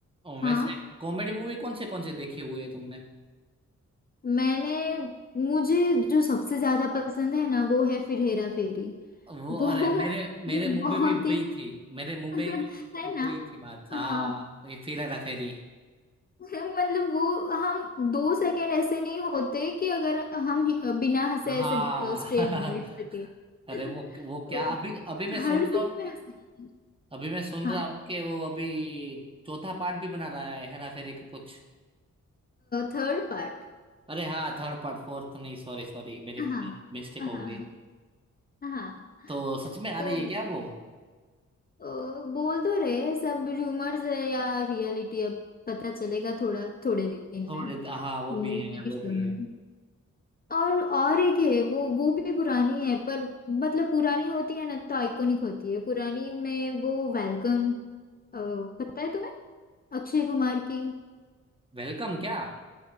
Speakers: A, on the left (about 30°); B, on the right (about 15°).
A: हाँ
B: वैसे कॉमेडी मूवी कौन से कौन से देखी हुई है तुमने
A: मैंने मुझे जो सबसे ज्यादा पसंद है ना वो है फिर हेरा फेरी
B: वो
A: वो <laughs>
B: अरे मेरे मेरे
A: वो
B: मुंह
A: बहुत
B: पे भी वही
A: ही
B: थी मेरे मुंह
A: <laughs>
B: में
A: है ना
B: वही थी बात
A: हाँ
B: हाँ ये फिर हेरा फेरी
A: <laughs> मतलब वो हम दो सेकंड ऐसे नहीं होते कि अगर हम ही- बिना हंसे
B: हाँ
A: ऐसे स्ट्रेट बैठ सके
B: <laughs> अरे
A: <laughs>
B: वो वो क्या अभी अभी मैं
A: हर
B: सुन रहा
A: सीन
B: हूँ
A: में
B: कि
A: हंसना
B: अभी मैं सुन रहा
A: हाँ
B: हूँ कि वो अभी चौथा पार्ट भी बना रहा है हेरा फेरी का कुछ
A: थर्ड पार्ट
B: अरे हाँ थर्ड पार्ट फोर्थ नहीं सॉरी सॉरी मेरी
A: हाँ
B: मिस्टेक
A: हाँ
B: हो गई।
A: हाँ
B: तो सच में आ
A: तो
B: रही है क्या वो
A: अ, बोल तो रहे हैं सब रूमर्स है या रियलिटी अब पता चलेगा थोड़ा थोड़े दिन
B: थोड़े
A: में
B: हाँ वो
A: मुझे
B: भी है वो
A: भी श्योर
B: भी
A: नहीं
B: है
A: है। और और एक है वो वो भी पुरानी है पर मतलब पुरानी होती है ना तो आइकॉनिक होती है पुरानी में वो वेलकम पता है तुम्हें अक्षय कुमार की
B: वेलकम क्या